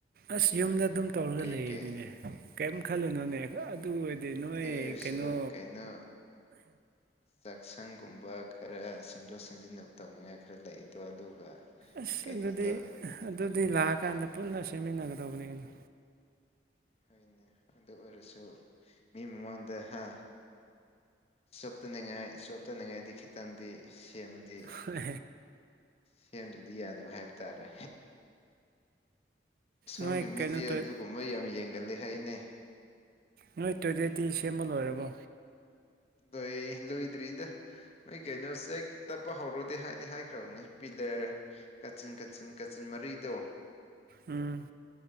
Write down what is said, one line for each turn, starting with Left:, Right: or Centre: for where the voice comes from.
Right: ꯑꯁ ꯌꯨꯝꯗ ꯑꯗꯨꯝ ꯇꯧꯔꯒ
Left: ꯀꯩꯀꯩ
Right: ꯂꯩꯔꯤꯅꯤꯅꯦ ꯀꯔꯤ ꯈꯜꯂꯨꯅꯨꯅꯦ ꯑꯗꯨ ꯑꯣꯏꯔꯗꯤ ꯅꯣꯏ
Left: ꯑꯗꯨ ꯑꯣꯏꯔꯁꯨ
Right: ꯀꯩꯅꯣ
Left: ꯀꯩꯅꯣ ꯆꯥꯛꯁꯪꯒꯨꯝꯕ ꯈꯔ ꯁꯦꯝꯗꯣꯛ ꯁꯦꯝꯖꯤꯟ ꯇꯧꯅꯤꯡꯉꯥꯏ ꯈꯔ ꯂꯩꯗꯣ ꯑꯗꯨꯒ
Right: ꯑꯁ
Left: ꯀꯩ ꯀꯩꯅꯣꯗꯣ
Right: ꯑꯗꯨꯗꯤ ꯑꯗꯨꯗꯤ ꯂꯥꯛꯑꯀꯥꯟꯗ ꯄꯨꯟꯅ ꯁꯦꯝꯃꯤꯟꯅꯒꯗꯥ ꯂꯧꯕꯅꯤ
Left: ꯍꯅꯦ ꯑꯗꯨ ꯑꯣꯏꯔꯁꯨ ꯃꯤ ꯃꯃꯥꯡꯗ ꯍꯥ ꯆꯣꯞꯇꯅꯤꯡꯉꯥꯏ ꯆꯣꯞꯇꯅꯤꯡꯉꯥꯏꯗꯤ ꯈꯤꯇꯪꯗꯤ ꯁꯦꯝꯃꯒꯦ ꯗꯤ
Right: ꯀꯩꯅꯣ
Left: ꯁꯦꯝꯗꯗꯤ ꯌꯥꯗꯕ ꯍꯥꯏꯕ ꯇꯥꯔꯦ ꯁꯣꯝꯒꯤ
Right: ꯅꯣꯏ
Left: ꯃꯤꯗꯤ
Right: ꯀꯩꯅꯣ ꯇꯣꯏ
Left: ꯑꯗꯨꯒꯨꯝꯕ ꯌꯥꯝ ꯌꯦꯡꯒꯜꯂ ꯍꯥꯏꯅꯦ
Right: ꯅꯣꯏ ꯇꯣꯏꯗꯦꯠꯇꯤ ꯁꯦꯝꯃꯜ ꯑꯣꯏꯣꯏꯔꯕꯣ
Left: ꯂꯣꯏ ꯂꯨꯏꯗ꯭ꯔꯤꯗ ꯅꯣꯏ ꯀꯩꯅꯣ ꯆꯦꯛ ꯇꯞꯄ ꯍꯧꯔꯣꯗꯤꯦ ꯍꯥꯏꯗꯤ ꯍꯥꯏꯈ꯭ꯔꯕꯅꯦ ꯄꯤꯂ ꯀꯥꯆꯤꯟ ꯀꯥꯆꯤꯟ ꯀꯥꯆꯤꯟ ꯃꯔꯤꯗꯣ
Right: ꯎꯝ